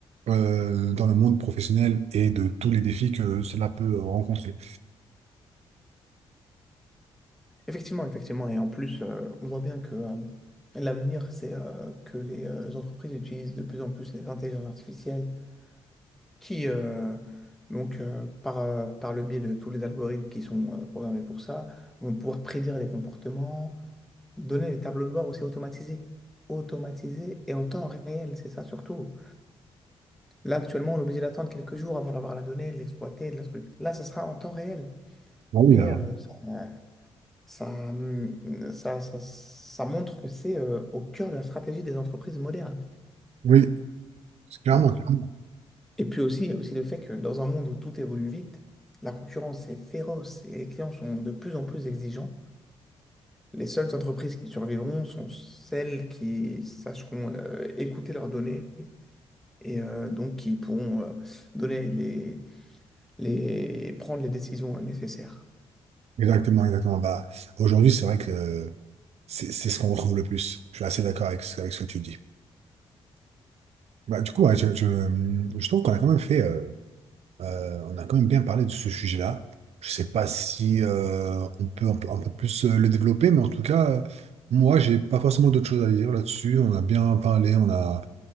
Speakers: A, on the right; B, in the centre.
A: euh, dans le monde professionnel et de tous les défis que cela peut rencontrer.
B: Effectivement, effectivement. Et en plus, euh, on voit bien que euh, l'avenir, c'est euh, que les euh, entreprises utilisent de plus en plus les intelligences artificielles qui, euh, donc, euh, par, euh, par le biais de tous les algorithmes qui sont euh, programmés pour ça, vont pouvoir prédire les comportements donner des tableaux de bord aussi automatisés. Automatisés et en temps réel, c'est ça surtout. Là, actuellement, on est obligé d'attendre quelques jours avant d'avoir la donnée, de l'exploiter, de la truc. Là, ça sera en temps réel.
A: Ah Oui,
B: Et
A: euh,
B: euh, ça, ça, hum, ça, ça- ça montre que c'est euh, au cœur de la stratégie des entreprises modernes.
A: oui, clairement,
B: Donc,
A: clairement.
B: et puis aussi, il y a aussi le fait que dans un monde où tout évolue vite, la concurrence est féroce et les clients sont de plus en plus exigeants. Les seules entreprises qui survivront sont celles qui sacheront euh, écouter leurs données et euh, donc qui pourront euh, donner les les... prendre les décisions nécessaires.
A: Exactement, exactement. Bah, aujourd'hui, c'est vrai que euh, c'est c'est ce qu'on retrouve le plus. Je suis assez d'accord avec ce avec ce que tu dis. Bah, du coup, ouais, je, je, mmh, je trouve qu'on a quand même fait, euh, euh, on a quand même bien parlé de ce sujet-là. Je sais pas si euh, on peut un peu, un peu plus euh, le développer, mais en tout cas, euh, moi, j'ai pas forcément d'autres choses à dire là-dessus. On a bien parlé, on a,